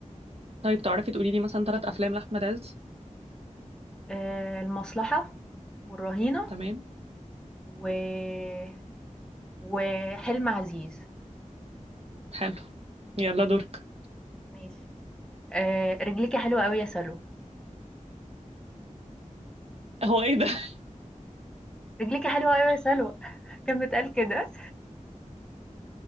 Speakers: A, on the right; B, in the centre.
A: طيب تعرفي تقولي لي مثلا ثلاث افلام لاحمد عز
B: آآ المصلحة والرهينة
A: تمام
B: و وحلم عزيز.
A: حلو يلا دورك
B: ماشي. آآ رجليكِ حلوة أوي يا سلوى،
A: هو ايه ده <laughs>
B: رجليكِ حلوة أوي يا سلوى، <laughs> كان بيتقال كده؟